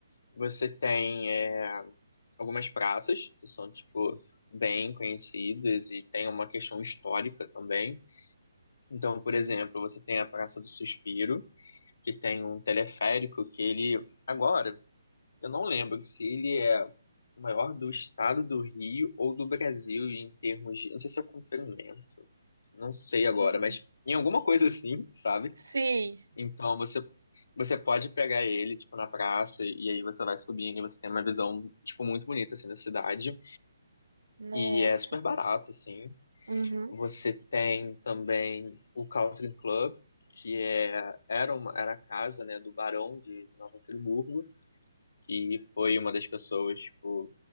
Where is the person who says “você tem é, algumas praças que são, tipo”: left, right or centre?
Left